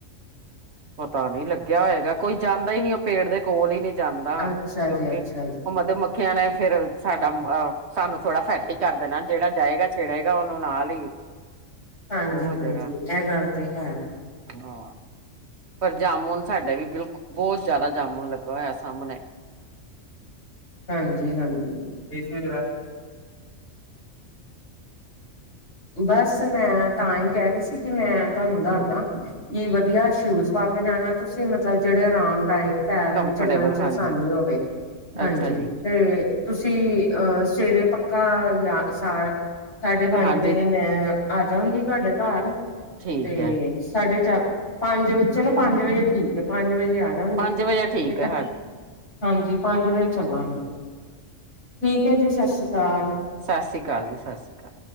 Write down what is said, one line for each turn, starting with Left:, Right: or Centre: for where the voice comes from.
Right: ਪਤਾ ਨੀ ਲੱਗਿਆ ਹੋਏਗਾ ਕੋਈ ਜਾਂਦਾ ਹੀ ਨੀ ਉਹ ਪੇੜ ਦੇ ਕੋਲ ਹੀ ਨੀਂ ਜਾਂਦਾ,
Left: ਅੱਛਾ
Right: ਕਿਉਂਕਿ
Left: ਜੀ ਅੱਛਾ ਜੀ
Right: ਉਹ ਮਧੂਮੱਖੀ ਕਹਿਣਾ ਫੇਰ ਸਾਡਾ ਅ ਸਾਨੂੰ ਥੋੜਾ ਫੈਟੀ ਕਰ ਦੇਣਾ ਜਿਹੜਾ ਜਾਏਗਾ ਛੇੜੇਗਾ ਉਹਨੂੰ ਨਾਲ ਹੀ।
Left: ਹਾਂਜੀ,
Right: ਉਹ ਹੋ
Left: ਹਾਂਜੀ
Right: ਜਾਏਗਾ
Left: ਏਹ ਗੱਲ ਤੇ ਹੈ।
Right: ਹਾਂ। ਪਰ ਜਾਮੁਨ ਸਾਡੇ ਵੀ ਬਿਲਕ ਬਹੁਤ ਜਾਮੁਨ ਲੱਗਾ ਹੋਇਆ ਸਾਹਮਣੇ।
Left: ਹਾਂਜੀ ਹਾਂਜੀ ਏਸੇ <unintelligible> ਬਸ ਮੈਂ ਤਾਂ ਹੀ ਕਹਿ ਰਹੀ ਸੀ ਕਿ ਮੈਂ ਤੁਹਾਨੂੰ ਦੱਸਦਾ। ਕੀ ਵਧੀਆ ਸ਼ੂਜ ਪਾ ਕੇ ਜਾਣਾ ਤੁਸੀਂ ਮਤਲਬ ਜਿਹੜੇ ਆਰਾਮਦਾਇਕ ਪੈਰ ਨੂੰ
Right: ਕੰਫਰਟੇਬਲ
Left: ਚੱਲਣ ਚ
Right: ਹਾਂਜੀ
Left: ਅਸਾਨੀ ਹੋਵੇ, ਹਾਂਜੀ
Right: ਅੱਛਾ ਜੀ
Left: ਤੇ ਤੁਸੀਂ ਅਹ ਸਵੇਰੇ ਪੱਕਾ ਯਾ ਸਾ। ਸਾਢੇ ਪੰਜ
Right: ਹਾਂਜੀ
Left: ਵਜੇ ਮੈਂ ਆਜਾਂਗੀ ਤੁਹਾਡੇ ਘਰ
Right: ਠੀਕ
Left: ਤੇ
Right: ਹੈ
Left: ਸਾਢੇ ਚਾਰ ਪੰਜ ਚਲੋ ਪੰਜ ਵਜੇ ਠੀਕ ਐ ਪੰਜ ਵਜੇ ਆਜਾਂਗੀ
Right: ਪੰਜ ਵਜੇ ਠੀਕ
Left: ਤੇ
Right: ਹੈ
Left: ਹਾਂਜੀ, ਪੰਜ ਵਜੇ ਚੱਲਾਂਗੇ ਠੀਕ ਐ ਜੀ ਸਸ ਸ੍ਰੀ ਕਾਲ।
Right: ਸਸ ਸ੍ਰੀ ਕਾਲ ਜੀ ਸਸ ਸ੍ਰੀ ਕਾਲ।